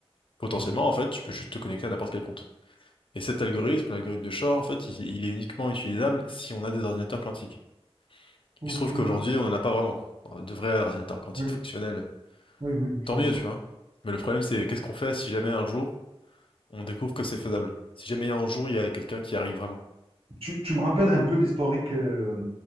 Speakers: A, on the left; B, on the right.
A: potentiellement,
B: Ouais.
A: en fait, tu peux juste te connecter à n'importe quel compte. Et cet algorithme, l'algorithme de Shor, en fait, il, il est uniquement utilisable si on a des ordinateurs quantiques.
B: Ok.
A: Il se trouve qu'aujourd'hui, on n'en a pas vraiment. Enfin, De vrais ordinateurs quantiques
B: Oui,
A: fonctionnels.
B: oui, oui, je
A: Tant
B: vois
A: mieux,
B: ça.
A: tu vois. Mais le problème, c'est qu'est-ce qu'on fait si jamais un jour, on découvre que c'est faisable? Si jamais un jour, il y a quelqu'un qui arrive vraiment.
B: Tu, tu me rappelles un peu l'historique. euh,